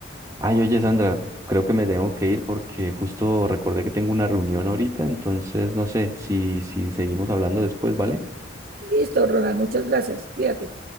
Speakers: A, on the right; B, on the right.
A: Ay, oye, Sandra, creo que me tengo que ir porque justo recordé que tengo una reunión ahorita, entonces no sé si, si seguimos hablando después, ¿vale?
B: Listo, Ronald, muchas gracias. Cuídate.